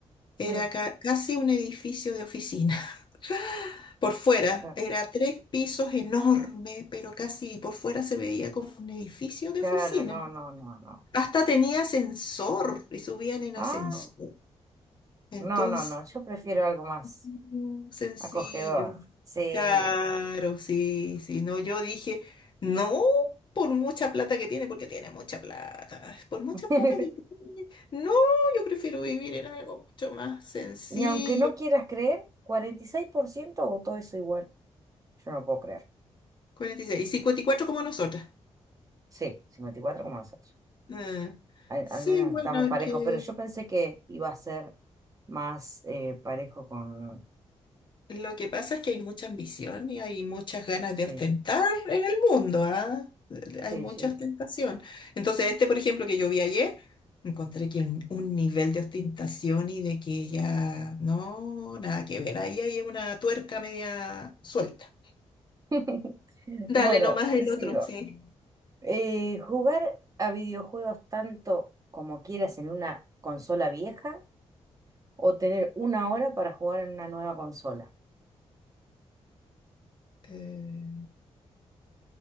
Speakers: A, on the left; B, on the right.
A: Era
B: sí.
A: ca- casi un edificio de oficina. <laughs> Por fuera,
B: no,
A: era tres pisos enorme, pero casi por fuera se veía como un edificio de
B: Claro,
A: oficina.
B: no, no, no, no.
A: Hasta tenía ascensor y subían en
B: Ah,
A: ascensor. Entonces,
B: no, no, no. Yo prefiero algo más
A: no, sencillo.
B: acogedor. Sí.
A: Claro, sí, sí. No, yo dije, no por mucha plata que tiene, porque tiene mucha plata. Por mucha
B: <laughs>
A: plata que tiene. No, yo prefiero vivir en algo mucho más sencillo.
B: Y aunque no quieras creer, 46% votó eso igual. Yo no puedo creer.
A: 46. Y seis y cincuenta y cuatro como nosotras.
B: Sí, 54 como nosotros.
A: Ah,
B: Al,
A: sí,
B: al menos
A: bueno,
B: estamos
A: es
B: parejos,
A: que
B: pero yo pensé que iba a ser más eh, parejo con,
A: Lo que pasa es que hay mucha ambición y hay muchas ganas
B: Sí,
A: de ostentar en el mundo, ¿ah? Hay
B: sí,
A: mucha
B: sí.
A: ostentación. Entonces, este, por ejemplo, que yo vi ayer, encontré que un, un nivel de ostentación y de que ya no, nada que ver. Ahí hay una tuerca media suelta.
B: <laughs>
A: Dale
B: Bueno,
A: nomás el
B: te sigo.
A: otro, sí.
B: Eh, ¿jugar a videojuegos tanto como quieras en una consola vieja o tener una hora para jugar en una nueva consola?
A: Eh,